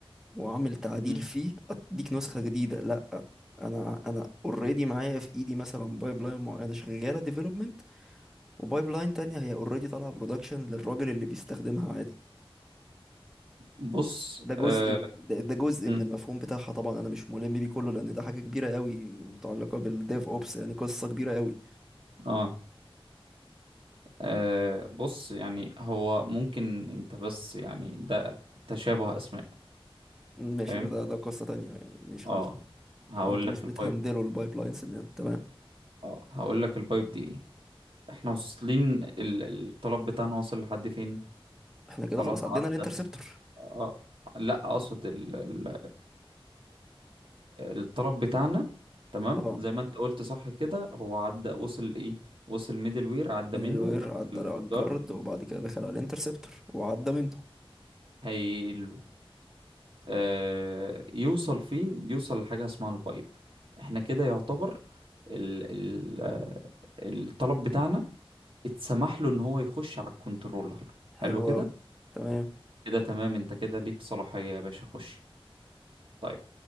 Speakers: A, in the centre; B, on the right.
A: واعمل تعديل
B: امم
A: فيه اديك نسخة جديدة لا انا انا اوريدي معايا في ايدي مثلا بايب لاين معينة شغالة ديفلوبمنت وبايب لاين تانية هي اوريدي طالعة برودكشن للراجل اللي بيستخدمها عادي
B: بص
A: ده جزء
B: اه
A: من ده ده جزء
B: مم،
A: من المفهوم بتاعها طبعا انا مش ملم بيه كله لان ده حاجه كبيره قوي متعلقه بالديف اوبس يعني قصه كبيره قوي
B: آه، آه، بص يعني هو ممكن انت بس يعني ده تشابه اسماء
A: ماشي
B: فاهم
A: يبقى ده ده قصه تانية يعني مش
B: اه
A: خلاص
B: هقول
A: يبقى انتوا
B: لك
A: مش بتهندلوا
B: البايب
A: البايب لاينز تمام
B: اه هقول لك البايب دي ايه احنا واصلين ال- الطلب بتاعنا واصل لحد فين
A: احنا كده
B: خلاص
A: خلاص عدينا
B: عدى
A: الانترسبتور
B: آه، لا اقصد ال- الطلب بتاعنا تمام
A: اه
B: زي ما انت قلت صح كده هو عدى وصل ايه وصل ميدل وير عدى
A: ميدل
B: منه
A: وير
B: دخل
A: عدى على الجارد
B: الجارد
A: وبعد كده دخل على الانترسبتور وعدى منه
B: هيقله آه يوصل فين يوصل لحاجة اسمها البايب احنا كده يعتبر ال ال آه، الطلب بتاعنا اتسمح له ان هو يخش على الكنترولر
A: حلو
B: حلو كده
A: قوي تمام
B: كده تمام انت كده ليك صلاحية يا باشا خش طيب